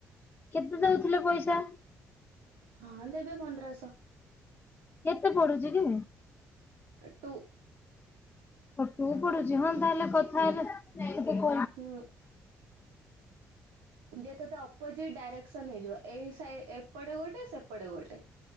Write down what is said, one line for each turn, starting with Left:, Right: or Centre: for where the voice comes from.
Left: କେତେ ଦଉଥିଲେ ପଇସା?
Right: ହଁ ଦେବେ ପନ୍ଦରଶହ।
Left: କେତେ ପଢୁଛି କି?
Right: ଟୁ
Left: ଓ ଟୁ ପଢୁଛି ହଁ ତାହେଲେ କଥା ହେଲେ ଟିକେ କ
Right: ହୁଁ। ଯେ ତତେ ଅପୋଜିଟ ଡାଇରେକ୍ସନ ହେଇଯିବ ଏଇ ସା ଏପଟେ ଗୋଟେ ସେପଟେ ଗୋଟେ।